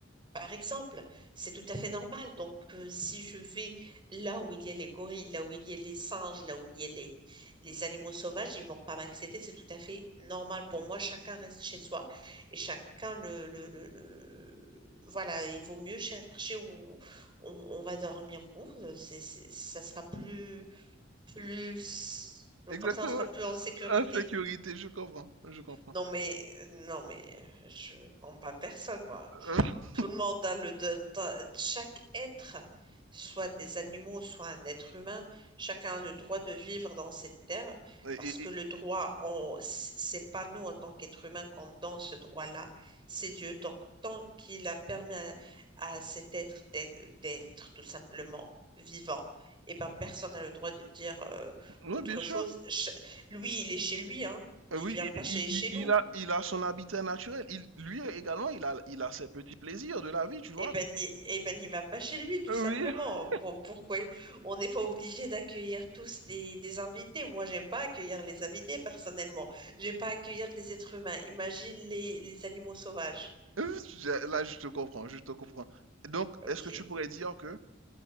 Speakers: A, on the right (about 25°); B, on the right (about 80°).
A: Par exemple, c'est tout à fait normal. Donc, euh, si je vais là où il y a les gorilles, là où il y a les singes, là où il y a les, les animaux sauvages, ils vont pas m'accepter. C'est tout à fait normal pour moi. Chacun reste chez soi et chacun le, le- le- le- Voilà, il vaut mieux chercher où on, on va dormir où. C'est, c'est- ça sera plus, plus...
B: Exactement.
A: Comme ça, on sera plus en sécurité.
B: Insécurité, je comprends, je comprends.
A: Non, mais, non, mais je combats personne, moi.
B: <laughs>
A: Tout le monde a le de- ta- chaque être, soit des animaux, soit un être humain, chacun a le droit de vivre dans cette terre
B: Et,
A: parce
B: et,
A: que
B: et...
A: le droit, on, c'est c'est pas nous en tant qu'être humain qu'on donne ce droit-là, c'est Dieu. tant tant qu'il a permis à, à cet être d'être d'être tout simplement vivant, et ben personne n'a le droit de dire euh,
B: oui,
A: autre
B: bien sûr.
A: chose. Ch- lui, il est chez lui, hein. Il
B: Euh, Oui,
A: vient
B: i-
A: pas chez,
B: i-
A: chez
B: i- il,
A: nous.
B: a, il a son habitat naturel. Il, lui également, il a, il a ses petits plaisirs de la vie, tu vois.
A: Eh ben, n'y- eh ben, n'y va pas chez lui, tout
B: Euh,
A: simplement.
B: Oui. <laughs>
A: Pour- pourquoi on n'est pas obligé d'accueillir tous des, des invités? Moi, j'aime pas accueillir les invités, personnellement. J'aime pas accueillir les êtres humains. Imagine les, les animaux sauvages.
B: Euh, je- Là, je te comprends, je te comprends. Donc,
A: Ok.
B: est-ce que tu pourrais dire que